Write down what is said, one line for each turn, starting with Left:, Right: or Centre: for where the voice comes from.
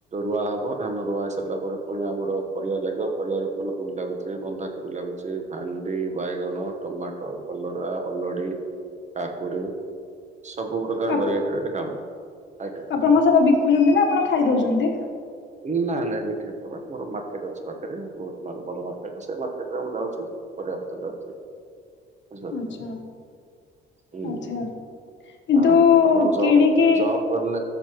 Right: ରୁଆ ହେବ ଧାନ ରୁଆ ହୋଇ ସାରିଲା ପରେ ପୁଣି ଆମର ପରିବା ଲାଗିବ। ପରିବାର ଫୁଲକୁବି ଲାଗୁଛି ବନ୍ଧାକୁବି ଲାଗୁଛି ଭାଣ୍ଡି ବାଇଗଣ ଟମାଟୋ। କଲରା ଅଲଡି କାକୁଡି ସବୁ ପ୍ରକାର
Left: ଆପ
Right: ଭେରାଇଟିର ଏଟେ କାମ। ଆଜ୍ଞା।
Left: ଆପଣଙ୍କ ସେତା ବିକୁଛନ୍ତି ନା ଆପଣ ଖାଇଦଉଛନ୍ତି?
Right: ଁ <inaudible> ନାଁ ନାଇଁ ବିକ୍ରି ପବା ମୋର ମାର୍କେଟ ଅଛି ପାଖରେ ବହୁତ ବଡ ମାର୍କେଟ ସେ ମାର୍କେଟ ରେ ମୁଁ ଯାଉଛି। ପରିବାପତ୍ର ଯାଉଛି। ବୁଝିପାରିଲେ
Left: ଆଚ୍ଛା।
Right: ହୁଁ
Left: ଆଛା କିନ୍ତୁ
Right: ହଁ, ଆପଣ ଜବ୍
Left: କିଣିକି
Right: ଜବ୍ କରିଲେ